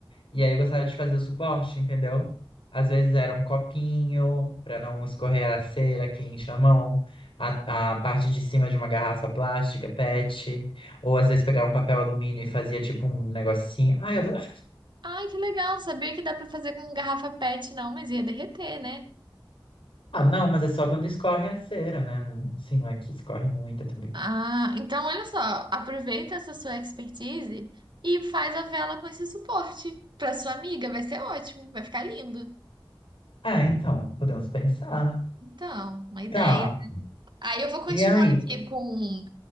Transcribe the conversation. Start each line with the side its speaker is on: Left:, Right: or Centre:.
Left: E aí eu gostava de fazer o suporte, entendeu? Às vezes era um copinho para não escorrer a cera quente na mão, a, a parte de cima de uma garrafa plástica, PET, ou às vezes pegava um papel alumínio e fazia tipo um negocinho. Ah, eu adorava.
Right: Ai, que legal. Não sabia que dá pra fazer com garrafa PET, não, mas ia derreter, né?
Left: Ah, não, mas é só quando escorre a cera, né? Um, Assim, não é que escorre muita também.
Right: Ah, então olha só, aproveita essa sua expertise e faz a vela com esse suporte para sua amiga, vai ser ótimo, vai ficar lindo.
Left: Ah, então, podemos pensar.
Right: Então, uma ideia.
Left: Tá.
Right: Aí eu vou continuar
Left: E aí?
Right: aqui com.